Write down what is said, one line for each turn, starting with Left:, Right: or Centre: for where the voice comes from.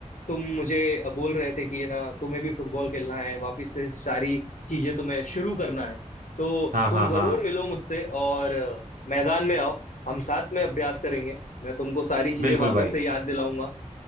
Left: तुम मुझे बोल रहे थे कि ये ना तुम्हें भी फुटबॉल खेलना है वापस से सारी चीजें तुम्हें शुरू करना है तो
Right: हाँ
Left: तुम
Right: हाँ
Left: जरूर
Right: हाँ
Left: मिलो मुझसे और मैदान में आओ हम साथ में अभ्यास करेंगे मैं तुमको सारी चीजें
Right: बिल्कुल
Left: वापस
Right: भाई
Left: से याद दिलाऊंगा